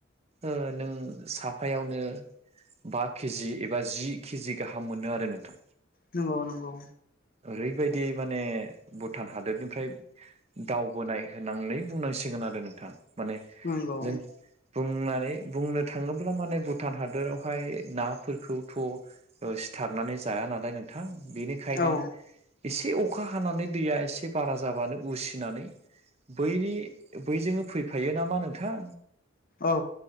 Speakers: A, on the right (about 30°); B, on the left (about 45°).
A: ओ नों साफ फायावनो बा के जि एबा जि के जि गाहाम मोनो आरो नोंथां।
B: नंगौ नंगौ।
A: ओरैबायदि माने भुटान हादोरनिफ्राय दावबोनाय होननानै बुंनांसिगोन आरो नोंथां। माने
B: नंगौ
A: जों बुंनानै बुंनो थाङो <unintelligible> माने भुटान हादोरावहाय नाफोरखौथ' ओ सिथारनानै जाया नालाय नों थां, बेनिखायनो
B: औ
A: एसे अखा हानानै दैया एसे बारा जाबानो उसिनानै बैनि बैजोंनो फैफायो नामा नोंथां।
B: औ